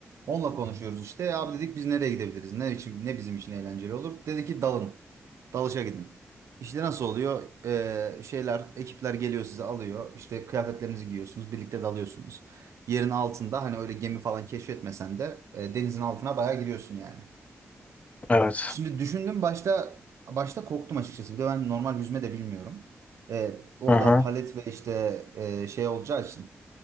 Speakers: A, on the right; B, on the left.
A: Onunla konuşuyoruz işte. "E Abi dedik biz nereye gidebiliriz? Ne için, ne bizim için eğlenceli olur? Dedi ki dalın. Dalışa gidin. İşte nasıl oluyor? Ee, şeyler, ekipler geliyor sizi alıyor. İşte kıyafetlerinizi giyiyorsunuz. Birlikte dalıyorsunuz. Yerin altında hani öyle gemi falan keşfetmesen de e, denizin altına bayağı giriyorsun yani.
B: Evet.
A: Şimdi düşündüm başta başta korktum açıkçası. Bir de ben normal yüzme de bilmiyorum. Ee, orada
B: Hı hı.
A: palet ve işte e, şey olacağı için